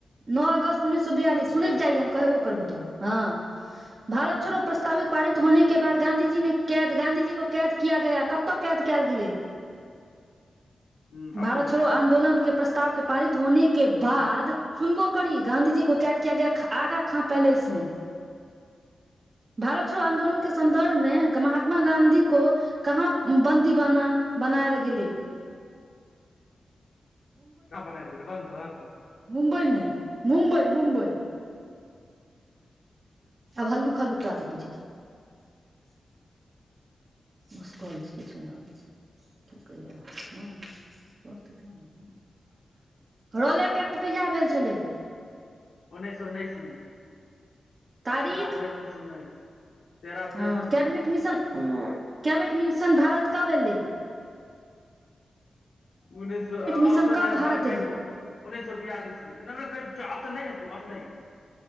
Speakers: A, on the right; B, on the left.
A: नओ अगस्त उन्नैस सए बियालिस सुन
B: नओ अगस्त
A: जाइय हम कहबो करबहु तऽ हँ भारत छोड़ो
B: हूँ
A: प्रस्तावित पारित होने के बाद गाँंधीजी ने कैद गांधीजी को कैद किया गया कतऽ कैद कयल गेलै
B: हूँ ऑप्शन
A: भारत
B: दही
A: छोड़ो आंन्दोलन के प्र के पारित होने के बाद सुनबो करी गाँंधीजी को कैद किया गया आगा खा पैलेस मे भारत छोड़ो आंन्दोलन के संन्दर्भमे महाॅंत्मा गाँधी को कहाँ बन्दी बना बनायल गेलय
B: स बन लल गेलय बंधक
A: मुंबइमे मुम्बइ मुमबइ आब हल्लुक हल्लुक तोरा आ सॅं पुछय छीयो भूसकोल छै किछु नहि अबैय छय <unintelligible> रॉलेट एक्ट कहिया भेल छलै
B: उन्नेश स सए उन्नैस मे
A: तारीख
B: तेरह अप्रैल उन्नैस सए उन्नैस तेरह अप्रैल
A: हँ
B: उन्नैस
A: cabinet
B: सए उन्नैस
A: mission cabinet mission Bharat कब एले
B: उन्नैस सए
A: मिशन
B: ऑप्सन
A: कब
B: दे हम
A: भारत
B: तोरा कहि
A: एलै
B: देबौ उन्नैस सए बियालिस मे ऑप्सन दही ने दही ने